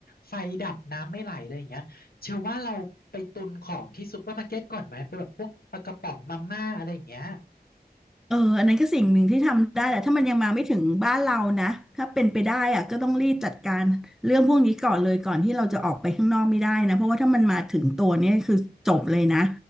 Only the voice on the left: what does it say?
ไฟดับน้ำไม่ไหลอะไรอย่างเงี้ยเชื่อว่าเราไปตุนของที่ซูเปอร์มาร์เก็ตก่อนไหมไปแบบพวกปลากระป๋องมาม่าอะไรอย่างเงี้ย
อืม